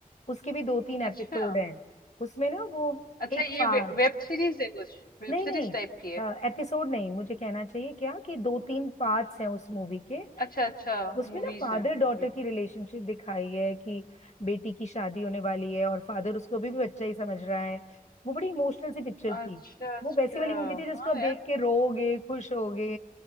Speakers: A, on the left (about 50°); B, on the left (about 80°).
A: उसके भी दो तीन एपिसोड
B: अच्छा
A: हैं उसमें ना वो
B: अच्छा
A: एक
B: ये
A: फाद
B: वे, वेब सीरीज है कुछ वेब
A: नहीं नहीं
B: सीरीज टाइप की है
A: एपिसोड नहीं मुझे कहना चाहिए क्या कि दो तीन पार्ट्स हैं उस मूवी के
B: अच्छा अच्छा
A: उसमें
B: मूवीज
A: ना फादर
B: है हम्म,
A: डॉटर की रिलेशनशिप दिखाई है कि बेटी की शादी होने वाली है और फादर उसको अभी भी बच्चा ही समझ रहा है वो बड़ी इमोशनल सी पिक्चर थी
B: अच्छा अच्छा
A: वो वैसी वाली मूवी थी जिसको
B: हाँ
A: आप देख
B: यार
A: के रोओगे खुश होगे